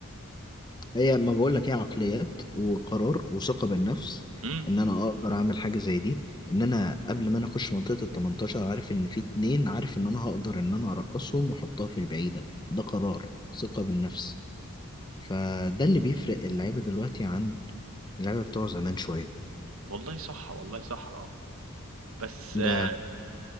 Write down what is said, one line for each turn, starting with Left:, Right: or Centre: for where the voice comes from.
Left: هي ما بقول لك هي عقليات وقرار وثقة بالنفس
Right: إمم،
Left: ان انا اقدر اعمل حاجة زي دي ان انا قبل ما انا اخش منطقة ال 18 عارف ان في اتنين عارف ان انا هقدر ان انا ارقصهم واحطها في البعيدة ده قرار ثقة بالنفس فده اللي بيفرق اللعيبة دلوقتي عن اللعيبة بتوع زمان شوية
Right: والله صح، والله صح آه، بس آه،
Left: ده